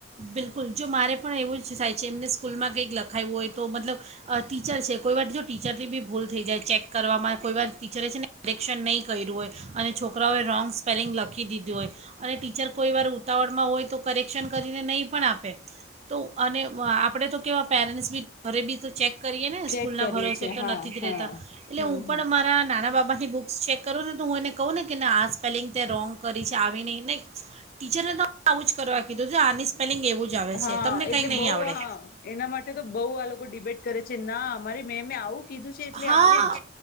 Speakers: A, on the right; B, on the left.
A: બિલકુલ જો મારે પણ એવું જ થાય છે. એમને સ્કૂલમાં કંઈક લખાવું હોય તો મતલબ ટીચર છે. કોઈવાર જો ટીચરથી બી ભૂલ થઈ જાય ચેક કરવામાં કોઈવાર ટીચરે છે. ને કરેક્શન નહીં કર્યું હોય અને છોકરાઓએ રોંગ સ્પેલિંગ લખી દીધું હોય અને ટીચર કોઈ વાર ઉતાવળમાં હોય તો કરેક્શન કરીને પણ આપે તો અને આપણે તો અનેવા પેરેન્ટ્સ બી ઘરે બી તો ચેક કરીએ ને
B: ચેક
A: સ્કૂલના
B: કરીએ
A: ભરોસે
B: છીએ
A: તો
B: હા
A: નથી જ
B: હા
A: રહેતા એટલે
B: હમ
A: હું પણ
B: હમ
A: મારા નાના બાબા થી બુક્સ ચેક કરું ને તો હું એને કહું ને કેને આ સ્પેલિંગ તે રોંગ કરી છે. આવી નહીં ને ટીચરને તો આવું જ કરવા કીધું છે. આની સ્પેલિંગ એવું જ આવે
B: હા
A: છે તમને
B: એટલે
A: કંઈ નહીં
B: બઉ
A: આવડે
B: હા એના માટે તો બઉ આ લોકો ડિબેટ કરે છે. ના મારી મેમે આવું કીધું છે એટલે
A: હા
B: આવું જ